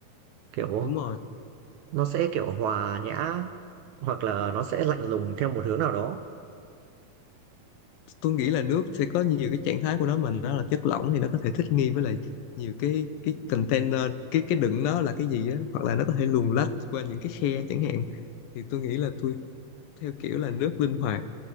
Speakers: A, on the right; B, on the left.
A: Kiểu,
B: đúng rồi
A: nó sẽ, kiểu, hòa nhã hoặc là nó sẽ lạnh lùng theo một hướng nào đó.
B: tôi nghĩ là nước sẽ có nhiều cái trạng thái của nó mà nó là chất lỏng thì nó có thể thích nghi với lại nhiều cái cái container cái cái đựng nó là cái gì á hoặc là nó có thể luồn lách qua những cái khe chẳng hạn thì tôi nghĩ là tôi theo kiểu là nước linh hoạt